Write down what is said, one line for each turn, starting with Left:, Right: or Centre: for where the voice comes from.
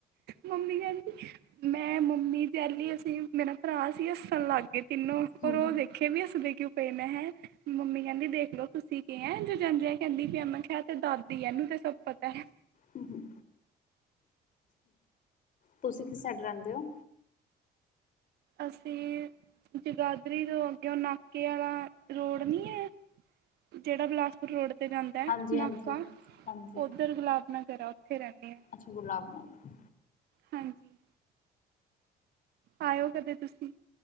Right: ਮੰਮੀ ਕੈਂਦੀ ਮੈਂ ਮੰਮੀ ਤੇ ਐਲੀ ਅਸੀਂ ਮੇਰਾ ਭਰਾ ਸੀ ਅੱਸਨ ਲਾਗੇ ਤਿੰਨੋਂ ਉਪਰੋਂ
Left: ਹਮ
Right: ਓ ਵੇਖੇ ਵੀ ਅਸਦੇ ਕਿਓਂ ਪੇ ਮੈਂ ਹੈਂ ਮੰਮੀ ਕੈਂਦੀ ਦੇਖਲੋ ਤੁਸੀਂ ਕੀ ਐਂ ਜੋ ਜੰਜੇ ਐ ਕੈਂਦੀ ਪੀ ਐ ਮਖਾਂ ਆ ਤੇ ਦਾਦੀ ਐ ਐਨੂੰ ਤੇ ਸਬ ਪਤੈ।
Left: ਹੂੰ-ਹੂੰ। ਤੁਸੀਂ ਕਿਸ ਸੈਡ ਰੈਂਦੇ ਓਂ।
Right: ਅਸੀਂ ਜਗਾਦਰੀ ਤੋਂ ਅੱਗਿਓਂ ਨਾਕੇ ਆਲਾ ਰੋਡ ਨੀ ਐਂ ਜੇੜਾ ਬਲਾਸਪੁਰ ਰੋਡ ਤੇ ਜਾਂਦੈ
Left: ਹਾਂਜੀ
Right: ਨਾਕਾ,
Left: ਹਾਂਜੀ ਹਾਂਜੀ
Right: ਓਦਰ ਗਲਾਬ ਨਗਰ ਐ ਓਥੇ ਰੈਨੀ ਆਂ।
Left: ਅੱਛਾ ਗੁਲਾਬ ਨਗਰ
Right: ਹਾਂਜੀ, ਆਇਓ ਕਦੇ ਤੁਸੀਂ।